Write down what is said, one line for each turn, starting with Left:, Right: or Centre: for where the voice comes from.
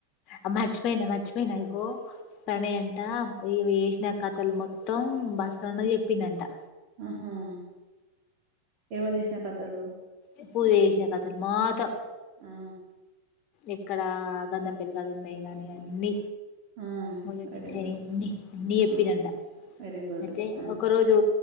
Left: అ మర్చిపోయిన మార్చిపోయిన ఇగో పనేన్ టా ఇవి చేసిన కథలు మొత్తం భాస్కరన్నకి చెప్పిందంటా
Right: ఆహా ఎవలు చేసిన కథలు
Left: ఇపుడుచేసిన కథలు మాతో
Right: ఆ
Left: ఇక్కడ గంధం పెంకల్ ఉన్నాయి గాని అన్ని
Right: ఆ
Left: మొదట్నుచినే
Right: వెరీ గుడ్
Left: అని అని చెప్పిందంటా
Right: ఆ వెరీ గుడ్
Left: అయితే
Right: ఆ
Left: ఒక రోజు